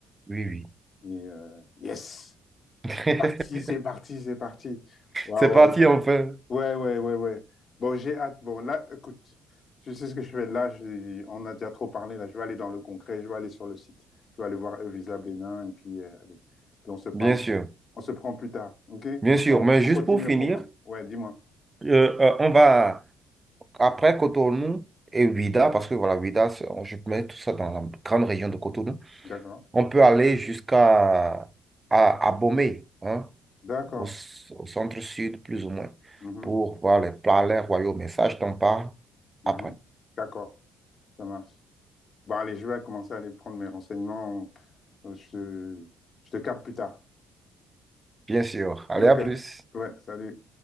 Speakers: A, on the right; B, on the left.
A: Oui, oui.
B: Et euh, yes!
A: <laughs>
B: C'est parti, c'est parti, c'est parti. Waouh,
A: C'est parti,
B: waouh.
A: on fait.
B: Ouais, ouais, ouais, ouais. Bon, j'ai hâte. Bon, là, écoute, tu sais ce que je fais. Là, je- on a déjà trop parlé. Là, je vais aller dans le concret. Je vais aller sur le site. Je vais aller voir Evisa Bénin. Et puis, euh, allez. Puis on se parle.
A: Bien sûr.
B: On se prend plus tard. OK?
A: Bien
B: Comme
A: sûr.
B: ça, on,
A: Mais
B: on
A: juste
B: continue
A: pour
B: le
A: finir,
B: programme. Ouais, dis-moi.
A: euh, euh, on va après Cotonou et Ouida, parce que voilà, Ouida, c'est- on- je mets tout ça dans la grande région de Cotonou.
B: D'accord.
A: On peut aller jusqu'à à, à Bomé, hein,
B: D'accord.
A: au, s- au centre-sud, plus ou moins,
B: Mhm,
A: pour voir les palais royaux. Mais ça, je t'en parle
B: mhm.
A: après.
B: D'accord. Ça marche. Bon, allez, je vais commencer à aller prendre mes renseignements. Euh, Je te, je te capte plus tard.
A: Bien sûr. Allez,
B: OK.
A: à plus.
B: Ouais, salut.